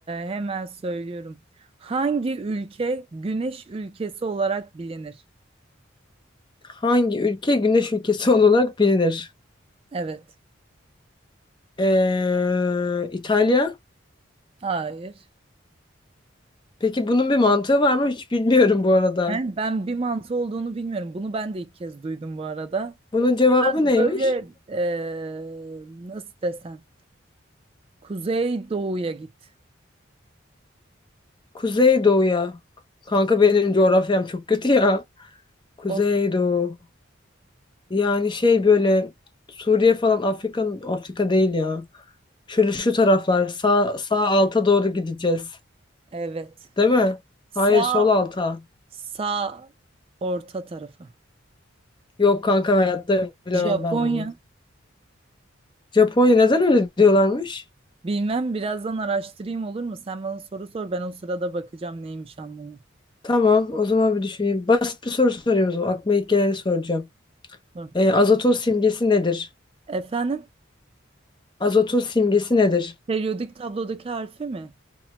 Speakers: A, on the right; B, on the left.
A: hemen söylüyorum. Hangi ülke güneş ülkesi olarak bilinir?
B: Hangi ülke güneş ülkesi <laughs> olarak bilinir?
A: Evet.
B: Ee, İtalya.
A: Hayır.
B: Peki bunun bir mantığı var mı? Hiç bilmiyorum bu arada.
A: Ben, ben bir mantı olduğunu bilmiyorum. Bunu ben de ilk kez duydum bu arada.
B: Bunun cevabı neymiş?
A: Böyle ee, nasıl desem? Kuzey doğuya git.
B: Kuzeydoğu'ya. Kanka benim coğrafyam çok kötü ya. Kuzeydoğu.
A: O,
B: Yani şey böyle Suriye falan Afrika Afrika değil ya. Şöyle şu taraflar sağ sağ alta doğru gideceğiz.
A: evet.
B: Değil mi?
A: Sağ
B: Hayır sol alta.
A: sağ Orta tarafa.
B: Yok kanka hayatta bilemem
A: Japonya.
B: ben bunu. Japonya neden öyle diyorlarmış?
A: Bilmem birazdan araştırayım olur mu? Sen bana soru sor ben o sırada bakacağım neymiş anlamı.
B: Tamam, o zaman bir düşüneyim. Basit bir soru sorayım o zaman. Aklıma ilk geleni soracağım.
A: Dur.
B: Ee, azotun simgesi nedir?
A: Efendim?
B: Azotun simgesi nedir?
A: Periyodik tablodaki harfi mi?